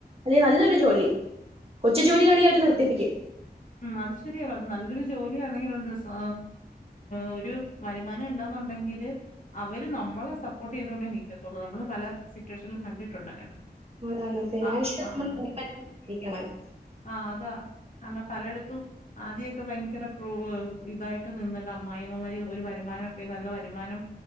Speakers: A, on the right; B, on the left.
A: അല്ലെ നല്ലൊരു ജോലി കൊച്ചു ജോലിയാണെ അവര് നിർത്തിപ്പിക്കും
B: ഉം അത് ശെരിയാവാ നല്ലൊരു ജോലിയാണെങ്കിലോ സാ -ഒരു വരുമാനം ഉണ്ടെന്നുണ്ടെങ്കില്. അവര് നമ്മളെ സപ്പോർട്ട് ചെയ്തുകൊണ്ടേ നീക്കത്തുള്ളൂ നമ്മള് പല സിറ്റുവേഷനിലും കണ്ടിട്ടുണ്ട് അങ്ങനെ.
A: അതാണ് പിന്നെ
B: ആഹ് ആഹ് ആഹ്
A: <unintelligible>
B: ആഹ് അതാ കാരണം പലയിടത്തും. ആദ്യൊക്കെ ഭയങ്കര ക്രൂവ് ഇതായിട്ട് നിന്നിട്ട് അമ്മായിമ്മമാര് ഒരു വരുമാനംക്കെ നല്ല വരുമാനം.